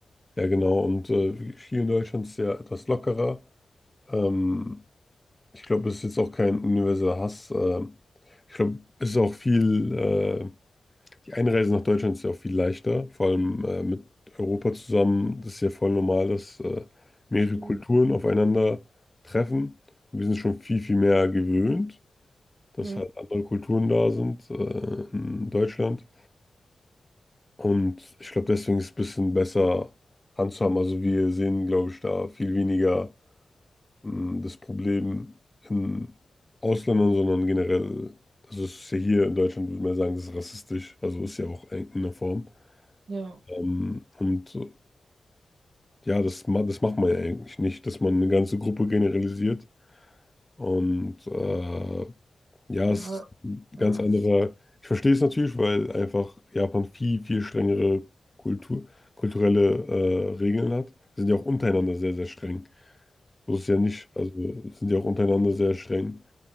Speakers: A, on the left; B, on the right.
A: ja, genau. Und äh, hier in Deutschland ist es ja etwas lockerer. Ähm, Ich glaube, es ist jetzt auch kein universeller Hass. ähm, Ich glaube, es ist auch viel, äh, die Einreise nach Deutschland ist ja auch viel leichter, vor allem äh, mit Europa zusammen. Das ist ja voll normal, dass äh, mehrere
B: Stimmt.
A: Kulturen aufeinander treffen. Und wir sind schon viel, viel mehr gewöhnt, dass
B: Mhm.
A: halt andere Kulturen da sind äh, in Deutschland. Und ich glaube, deswegen ist es ein bisschen besser handzuhaben. Also wir sehen, glaube ich, da viel weniger. mh, das Problem in Ausländern, sondern generell, also es ist ja hier in Deutschland, würde man ja sagen, das ist rassistisch, also ist ja auch in einer Form.
B: Ja,
A: Ähm, und äh, ja, das, ma- das macht man ja eigentlich nicht, dass man eine ganze Gruppe generalisiert. Und äh, ja,
B: ja,
A: es ist ein
B: ja.
A: ganz anderer.
B: Es,
A: Ich verstehe es natürlich, weil einfach Japan viel, viel strengere Kultur, kulturelle äh, Regeln hat. Sie sind ja auch untereinander sehr, sehr streng. So ist es ja nicht. Also sind ja auch untereinander sehr streng.